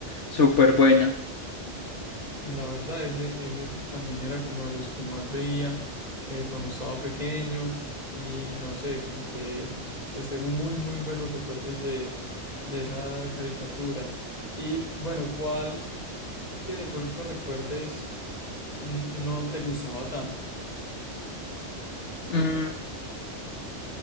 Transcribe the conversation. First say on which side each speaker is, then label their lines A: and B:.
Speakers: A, on the left; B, on the left.
A: súper buena.
B: La verdad, ese, ese también era como de los que más veía eh, cuando estaba pequeño y no sé, como que pues tengo muy, muy buenos recuerdos de, de esa caricatura. Y bueno, ¿cuál que de pronto recuerdes n- no te gustaba tanto?
A: Mm,